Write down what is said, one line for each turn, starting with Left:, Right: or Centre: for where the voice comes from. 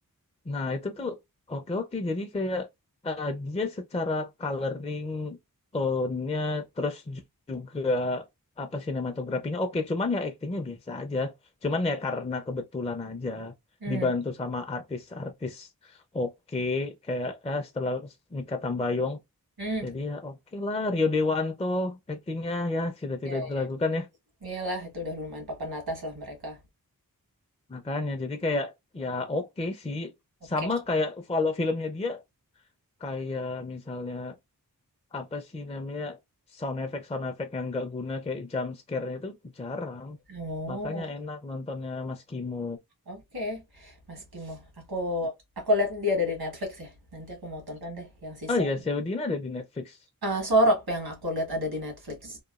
Left: Nah itu tuh oke oke jadi kayak uh, dia secara coloring tone-nya terus ju- juga apa sinematografinya oke cuman ya aktingnya biasa aja. Cuman ya karena kebetulan aja
Right: Hmm.
Left: dibantu sama artis-artis oke kayak eh, setelah Mikha Tambayong
Right: Hmm,
Left: jadi ya oke lah Rio Dewanto aktingnya ya tidak tidak
Right: iya
Left: dilakukan
Right: iya.
Left: ya.
Right: Iyalah itu udah lumayan papan atas lah mereka.
Left: Makanya jadi kayak ya oke sih.
Right: Oke.
Left: Sama kayak kalau filmnya dia kayak misalnya apa sih namanya sound effect sound effect yang nggak guna kayak jump scare itu jarang.
Right: Oh,
Left: Makanya enak nontonnya Mas Kimo.
Right: oke. Mas Kimo, aku aku lihat dia ada di Netflix ya. Nanti aku mau tonton deh yang si
Left: Oh
Right: Sorop.
Left: iya, Saudina ada di Netflix.
Right: Ah, Sorop yang aku lihat ada di Netflix.